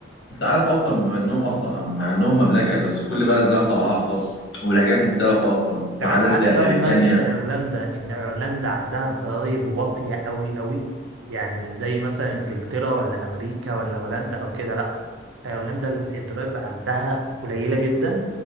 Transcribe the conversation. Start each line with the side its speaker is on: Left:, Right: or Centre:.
Left: انت عارف اصلا بما انهم اصلا مع انهم مملكه بس كل بلد لها طبعها الخاص ولهجات مختلفه اصلا وعادات
Right: طب انت عارف
Left: زي
Right: بقى
Left: غير
Right: بمناسبة
Left: التانيه
Right: ايرلندا ان ايرلندا عندها ضرايب واطية قوي قوي يعني مش زي مثلا انجلترا ولا امريكا ولا هولندا او كده لا ايرلندا الضرايب عندها قليلة جدا